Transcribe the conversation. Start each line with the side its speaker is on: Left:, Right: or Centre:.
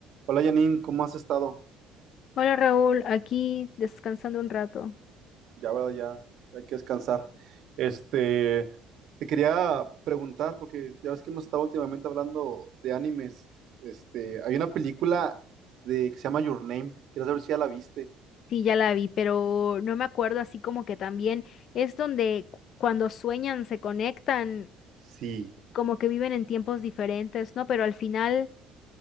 Right: Hola Janine, ¿cómo has estado?
Left: Hola Raúl, aquí descansando un rato.
Right: Ya, verdad, ya, ya hay que descansar. Este, te quería preguntar, porque ya ves que hemos estado últimamente hablando de animes. Este, hay una película de, que se llama Your Name. Quiero saber si ya la viste.
Left: Sí, ya la vi, pero no me acuerdo así como que también es donde cu- cuando sueñan se conectan,
Right: Sí,
Left: como que viven en tiempos diferentes, ¿no? Pero al final